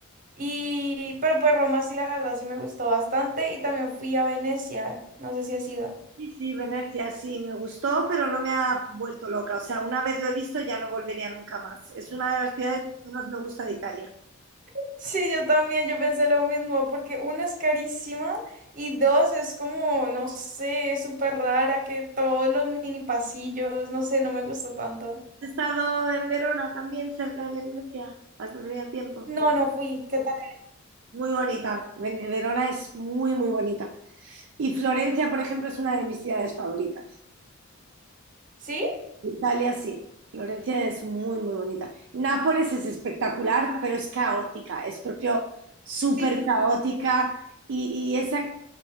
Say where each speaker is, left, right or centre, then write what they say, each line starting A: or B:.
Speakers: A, on the right (about 40°); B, on the right (about 55°).
A: Y, pero pues Roma sí, la verdad sí me gustó bastante y también fui a Venecia, no sé si has ido.
B: Sí, sí, Venecia, sí, me gustó, pero no me ha vuelto loca. O sea, una vez lo he visto, ya no volvería nunca más. Es una de las ciudades que menos me gusta de Italia.
A: <laughs> Sí, yo también, yo pensé lo mismo, porque una es carísima y dos es como, no sé, súper rara, que todos los mini pasillos, no sé, no me gustó tanto.
B: ¿Has estado en Verona también, cerca de Venecia? ¿Has tenido tiempo?
A: No, no fui, ¿qué tal?
B: Muy bonita. Ven- Verona es muy, muy bonita. Y Florencia, por ejemplo, es una de mis ciudades favoritas.
A: ¿Sí?
B: Italia, sí. Florencia es muy, muy bonita. Nápoles es espectacular, pero es caótica. Es propio súper
A: Sí.
B: caótica. Y, y esa